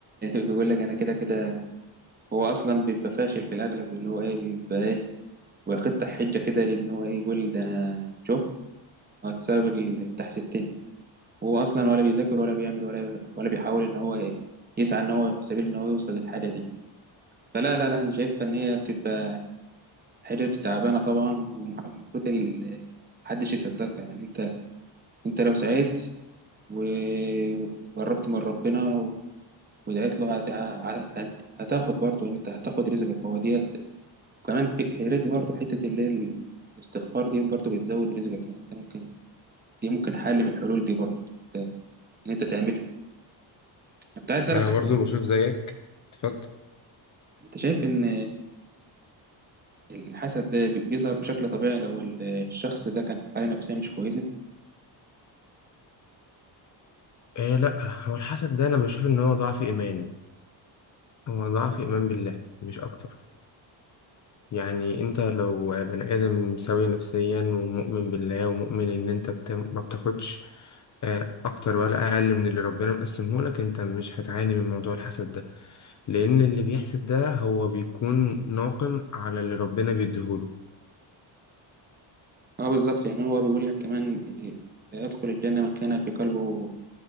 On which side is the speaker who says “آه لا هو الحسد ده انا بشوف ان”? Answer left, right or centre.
Left